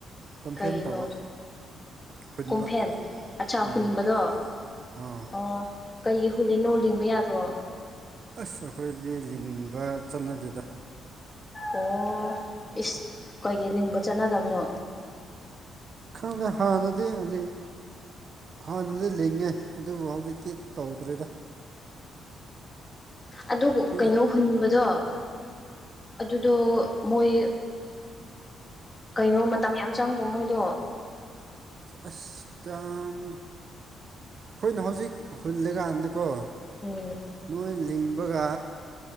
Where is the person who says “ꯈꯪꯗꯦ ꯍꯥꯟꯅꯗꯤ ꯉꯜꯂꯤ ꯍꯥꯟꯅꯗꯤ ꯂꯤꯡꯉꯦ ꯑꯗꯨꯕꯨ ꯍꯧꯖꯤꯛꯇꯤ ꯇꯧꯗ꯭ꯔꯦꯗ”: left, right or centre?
Right